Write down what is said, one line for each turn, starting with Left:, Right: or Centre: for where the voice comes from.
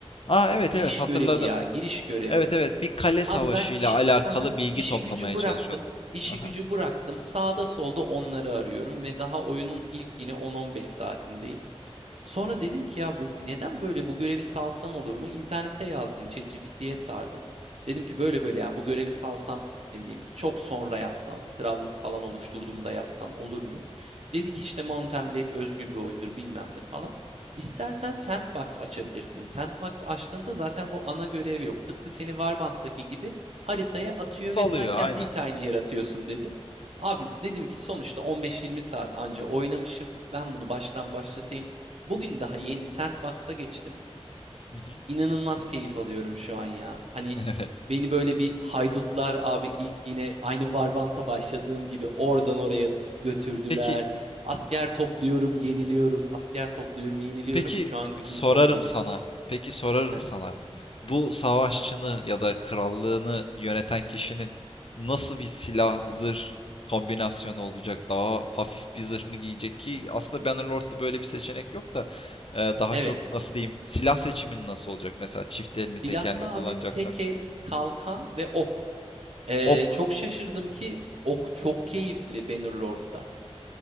Left: Ha
Right: Abi
Left: evet
Right: giriş
Left: evet hatırladım.
Right: görevi ya, giriş görevi.
Left: Evet evet bir kale savaşıyla
Right: Abi ben işi,
Left: alakalı
Right: haha,
Left: bilgi
Right: işi
Left: toplamaya
Right: gücü bıraktım.
Left: çalışıyorduk.
Right: işi
Left: Aha.
Right: gücü bıraktım. Sağda solda onları arıyorum ve daha oyunun ilk yine 10-15 saatindeyim. Sonra dedim ki ya bu- neden böyle bu görevi salsam olur mu? İnternette yazdım, ChatGPT'ye sardım. Dedim ki böyle böyle yani bu görevi salsam ne bileyim çok sonra yapsam, krallık falan oluşturduğumda yapsam olur mu? Dedi ki işte Mountain Blade özgür bir oyundur bilmem ne falan. İstersen Sandbox açabilirsin. Sandbox açtığında zaten bu ana görev yok. Tıpkı seni Warband'daki gibi haritaya atıyor
Left: Salıyor
Right: ve sen kendi
Left: aynen.
Right: hikayeni yaratıyorsun dedi. Abi dedim ki sonuçta 15-20 saat anca oynamışım. Ben bunu baştan başlatayım. Bugün daha yeni Sandbox'a geçtim.
Left: Hı hı.
Right: İnanılmaz keyif alıyorum şu an ya. Hani
Left: <laughs> Evet.
Right: beni böyle bir haydutlar abi ilk yine aynı Varbant'a başladığım gibi oradan oraya tut- götürdüler.
Left: Peki
Right: Asker topluyorum, yeniliyorum. Asker topluyorum, yeniliyorum.
Left: peki
Right: Şu an gücümü
Left: sorarım
Right: topladım.
Left: sana. Peki sorarım
Right: Heh.
Left: sana. Bu savaşçını ya da krallığını yöneten kişinin nasıl bir silah zırh kombinasyonu olacak? Daha hafif bir zırh mı giyecek ki aslında Bannerlord'da böyle bir seçenek yok da e, daha
Right: Evet.
Left: çok nasıl diyeyim silah seçimin nasıl olacak? Mesela çift el
Right: Silahta
Left: mi tek el mi kullanacaksın?
Right: abi tek el, kalkan ve ok. Ee,
Left: Ok
Right: çok şaşırdım ki ok çok keyifli Bannerlord'da.